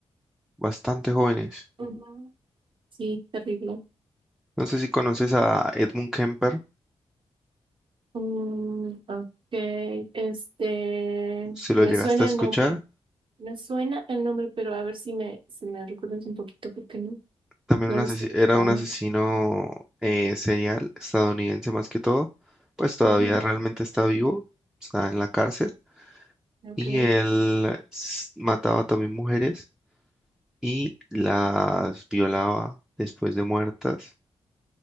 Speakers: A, in the centre; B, on the right (about 50°).
A: Bastante jóvenes.
B: Ujú. Sí, terrible.
A: No sé si conoces a Edmund Kemper,
B: Mm, ok, este,
A: si lo
B: me
A: llegaste
B: suena
A: a escuchar.
B: el nombre, me suena el nombre, pero a ver si me, si me recuerdas un poquito porque no,
A: También
B: no
A: un
B: lo
A: asesi-
B: estoy gritando.
A: era un asesino eh, serial estadounidense más que todo. Pues todavía
B: Ujú,
A: realmente está vivo, está en la cárcel.
B: Ok,
A: Y él s- mataba también mujeres y las violaba después de muertas.